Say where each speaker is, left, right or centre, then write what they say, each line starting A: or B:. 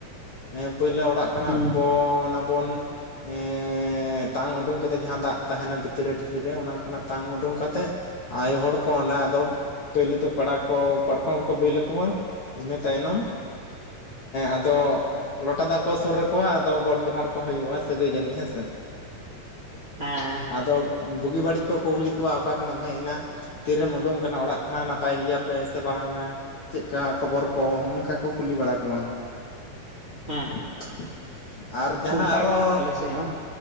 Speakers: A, on the left; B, on the right.
A: ᱦᱮᱸ ᱯᱳᱭᱞᱳ ᱚᱲᱟᱜ ᱠᱷᱚᱱᱟᱜ
B: ᱦᱮᱸ
A: ᱵᱚᱱ ᱚᱱᱟᱵᱚᱱ ᱮ ᱛᱟᱝ ᱩᱰᱩᱝ ᱠᱟᱛᱮ ᱡᱟᱦᱟᱸ ᱫᱟᱜ ᱛᱟᱦᱮᱱᱟ ᱵᱷᱤᱛᱨᱤ ᱨᱮ ᱴᱷᱤᱞᱤᱨ ᱨᱮ ᱚᱱᱟ ᱠᱷᱚᱱᱟᱜ ᱛᱟᱝ ᱩᱰᱩᱝ ᱠᱟᱛᱮᱜ ᱟᱭᱳ ᱦᱚᱲ ᱠᱚ ᱚᱱᱟ ᱟᱫᱚ ᱯᱳᱭᱞᱳ ᱫᱚ ᱯᱮᱲᱟ ᱠᱚ ᱯᱟᱨᱠᱚᱢ ᱨᱮᱠᱚ ᱵᱤᱞ ᱠᱚᱣᱟ ᱤᱱᱟᱹ ᱛᱟᱭᱱᱚᱢ ᱟᱫᱚ ᱞᱚᱴᱟ ᱫᱟᱜ ᱠᱚ ᱥᱩᱨ ᱟᱠᱚᱣᱟ ᱟᱫᱚ ᱜᱚᱰ ᱡᱚᱦᱟᱨ ᱠᱚ ᱦᱩᱭᱩᱜᱼᱟ ᱥᱟᱹᱜᱟᱹᱭ ᱡᱟᱹᱱᱤᱡ ᱦᱮᱸᱥᱮ᱾
B: ᱦᱮᱸ ᱾
A: ᱟᱫᱚ ᱵᱩᱜᱤ ᱵᱟᱹᱲᱤᱡ ᱠᱚ ᱠᱩᱞᱤ ᱠᱚᱣᱟ ᱚᱠᱟ ᱠᱷᱚᱱᱟᱜ ᱮᱢ ᱦᱮᱡ ᱮᱱᱟ ᱛᱤᱨᱮᱢ ᱩᱰᱩᱝ ᱟᱠᱟᱱᱟ ᱚᱲᱟᱜ ᱠᱷᱚᱱᱟᱜ ᱱᱟᱯᱟᱭ ᱜᱮᱭᱟ ᱯᱮ ᱥᱮ ᱵᱟᱝᱟ, ᱪᱮᱫᱠᱟ ᱠᱷᱚᱵᱚᱨ ᱦᱚᱸᱜᱼᱚ ᱱᱚᱝᱠᱟ ᱠᱚ ᱠᱩᱞᱤ ᱵᱟᱲᱟ ᱠᱚᱣᱟ
B: ᱦᱮᱸ
A: ᱾ ᱟᱨ ᱡᱟᱦᱟᱸ
B: ᱚᱱᱠᱟᱜᱮ
A: ᱟᱨᱚ
B: ᱟᱞᱮ ᱥᱮᱫ ᱦᱚᱸ